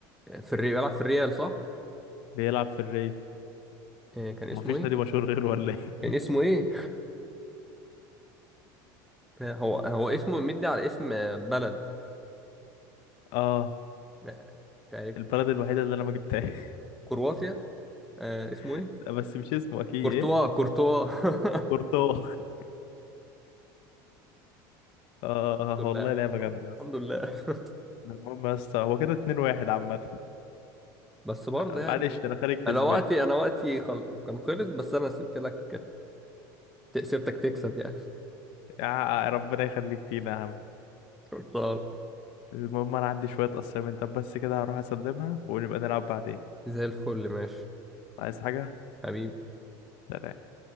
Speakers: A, in the centre; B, on the left.
A: في الريال بيلعب في الريال صح
B: بيلعب في الري
A: آه، كان اسمه
B: مفيش
A: ايه
B: نادي مشهور غيره ولا ايه
A: كان اسمه ايه آه، هو هو اسمه مدي على اسم آه، بلد
B: <laughs> اه
A: آه، مش عارف
B: البلد الوحيدة اللي انا ما جبتهاش
A: كرواتيا آه، اسمه
B: <laughs>
A: ايه
B: بس مش اسمه اكيد
A: كورتوا
B: ايه
A: كورتوا <laughs>
B: كورتوا <laughs> اه
A: الحمد
B: والله
A: لله
B: لعبة جامدة يا اسطى
A: الحمد لله <laughs>
B: المهم يا اسطى هو كده 2 1 عامة
A: بس برضه
B: آه، معلش
A: يعني
B: انا خارج كسبان
A: انا وقتي انا وقتي خل... كان خلص بس انا سبت لك سبتك تكسب يعني
B: يا ربنا يخليك لينا يا عم
A: كورتوا
B: المهم انا عندي شوية assignment طب بس كده هروح اسلمها ونبقى نلعب بعدين
A: زي الفل ماشي
B: عايز حاجة؟
A: حبيبي
B: سلام